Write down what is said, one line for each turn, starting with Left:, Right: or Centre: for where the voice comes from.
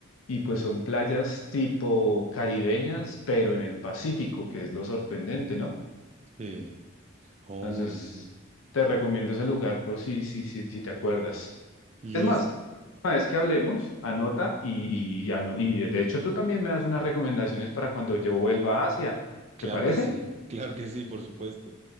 Left: y pues son playas tipo caribeñas, pero en el Pacífico, que es lo sorprendente, ¿no?
Right: Sí. Oh,
Left: Entonces,
Right: buenísimo.
Left: te recomiendo ese lugar por si, si, si, si te acuerdas.
Right: Listo.
Left: Es más, una vez que hablemos, anota y, y, y ano- y de hecho tú también me das unas recomendaciones para cuando yo vuelva a Asia.
Right: Claro
Left: ¿Te parece?
Right: que sí, <laughs> claro que sí, por supuesto.